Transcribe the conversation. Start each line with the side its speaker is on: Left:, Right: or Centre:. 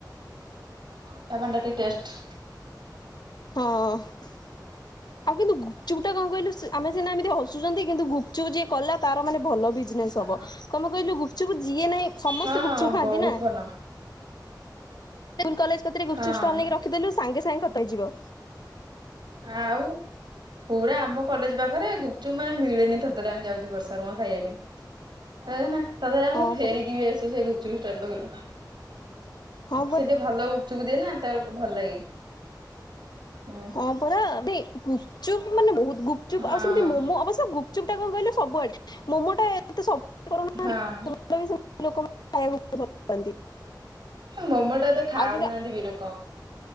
Right: ଖଟା ପଣିଟା ଟିକେ ଟେଷ୍ଟ।
Left: ହଁ। ଆଉ କିନ୍ତୁ ଗୁପଚୁପ ଟା କଣ କହିଲୁ ଆମେ ସିନା ଏମିତି ହସୁଛନ୍ତି କିନ୍ତୁ ଗୁପଚୁପ ଯିଏ କଲା ତାର ମାନେ ଭଲ। ବିଜନେସ୍
Right: ହଁ
Left: ହବ। କଣ ପେଇ କହିଲୁ ଗୁପଚୁପ ଯିଏ ନହିଁ ସମସ୍ତେ
Right: ହଁ
Left: ଗୁପଚୁପ ଖାଆନ୍ତି
Right: ବହୁତ
Left: ନା।
Right: ଭଲ
Left: କଲେ କରେ ଗୁପ୍ତୁ
Right: ହଁ
Left: ଷ୍ଟଲକି ରଖିଦେଲୁ ସାଙ୍ଗେ ସାଙ୍ଗେ ଖତ୍ ହେଇଯିବ।
Right: ଆଉ। ପୁରା ଆମ କଲେଜ ପାଖରେ ଗୁପଚୁପ ମାନେ ମିଳେନି ଥରେ ଥରେ ଆମେ ଯାଉଚେ ବର୍ଷାର ମୋର ଖାଇବା ପାଇଁ। ଏଏନା। ତାପରେ ଆମେ
Left: ହଁ
Right: ଫେରିକି
Left: ପରା
Right: ବି ଆସୁ ସେ ଗୁପଚୁପଷ୍ଟାର ପାଖରୁ।
Left: ହଁ ପରା
Right: ସେ ଟିକେ ଭଲ ଗୁ ଗୁପ୍ ଚୁପ ଦିଏ ନା ତା ଗେ ଭଲ ଲାଗେ ଉ।
Left: ହଁ ପରା ଗୁପଚୁପ ମାନେ ବହୁତ ଗୁପଚୁପ୍
Right: ହଁ।
Left: ଆଉ ସେମିତି ମୋମୋ ଅବଶ୍ୟ ଗୁପୁ ଚୁପଟା କଣ କହିଲୁ ସବୁ ଆଡେ ମୋମୋ ଟା ଏତେ ସ କରୁନାହାନ୍ତି
Right: ହଁ
Left: <inaudible> ଲୋକ ମାନେ ଖାଇବାକୁ ବହୁତ୍ ଭଲ ପାଆନ୍ତି।
Right: ମୋମୋ ଟା ଏତେ
Left: ଆଉ
Right: ଖାଉ
Left: କିନ୍ତୁ
Right: ନାହାନ୍ତି ବି ଲୋକ।